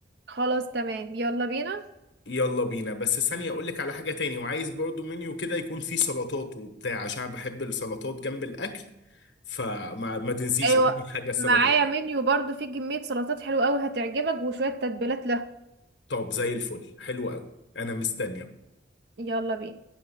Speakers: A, on the right (about 65°); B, on the left (about 80°).
A: خلاص تمام يلا بينا
B: يلا بينا بس ثانية اقول لك على حاجة تاني وعايز برضو منيو كده يكون فيه سلطات وبتاع عشان أنا بحب السلطات جنب الاكل فما ما تنسيش
A: ايوه
B: اهم حاجة السلطات
A: معايا منيو برضو فيه كميه سلطات حلوه قوي هتعجبك وشويه تتبيلات لها
B: طب زي الفل حلو قوي انا مستني
A: يلا بينا